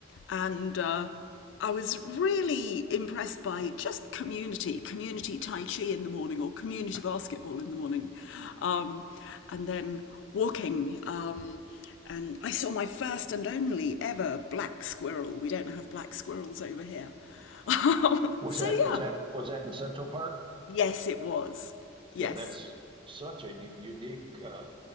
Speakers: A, on the left; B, on the right.
A: and uh, I was really impressed by just community, community tai chi in the morning or community basketball in the morning, um, and then walking. Um, and I saw my first and only ever black squirrel. We don't have black squirrels over here. <laughs>
B: Was
A: so
B: that
A: yeah,
B: was that was that in Central Park?
A: yes, it was. Yes.
B: Yeah, that's such a u- unique uh,